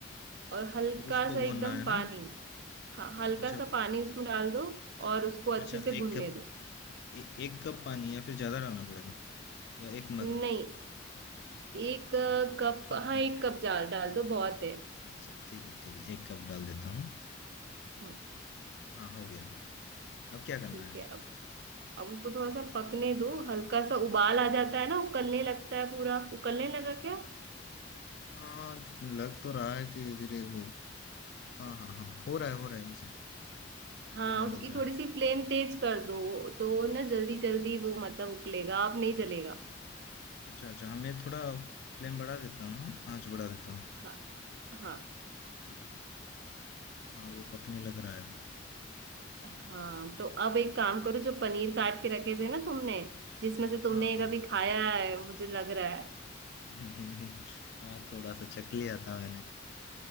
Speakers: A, on the right; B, on the left.
A: और हल्का
B: फिर उसको
A: सा एकदम
B: भूनना है
A: पानी
B: ना
A: हाँ हल्का
B: अच्छा
A: सा पानी उसमें डाल दो और उसको अच्छे
B: अच्छा
A: से
B: एक
A: भुनने
B: कप
A: दो
B: ए, एक कप पानी या फिर ज़्यादा डालना पड़ेगा या एक मग
A: नहीं एक अ, कप
B: <laughs>
A: हाँ एक कप जाल डाल दो बहुत है
B: अच्छा ठीक है ठीक है एक कप डाल देता हूँ
A: हम्म,
B: हाँ हो गया अब क्या करना
A: ठीक
B: है
A: है अब अब उसको थोड़ा सा पकने दो हल्का सा उबाल आ जाता है ना उकलने लगता है पूरा उकलने लगा क्या
B: हाँ लग तो रहा है धीरे धीरे वो हाँ हाँ हाँ हो रहा है हो रहा है वैसे
A: हाँ
B: खुलने
A: उसकी
B: लग रहा
A: थोड़ी
B: है
A: सी फ्लेम तेज कर दो तो ना जल्दी जल्दी वो मतलब उबलेगा अब नहीं जलेगा
B: अच्छा, अच्छा, हाँ, मैं थोड़ा फ्लेम बढ़ा देता हूँ, आँच बढ़ा देता हूँ।
A: हाँ हाँ
B: ठीक है। हाँ, वो पकने लग रहा है अभी।
A: हाँ तो अब एक काम करो जो पनीर काट के रखे थे ना तुमने जिसमें से तुमने
B: हाँ, हाँ।
A: कभी खाया है मुझे लग रहा है
B: <laughs> हाँ, थोड़ा-सा चख लिया था मैंने।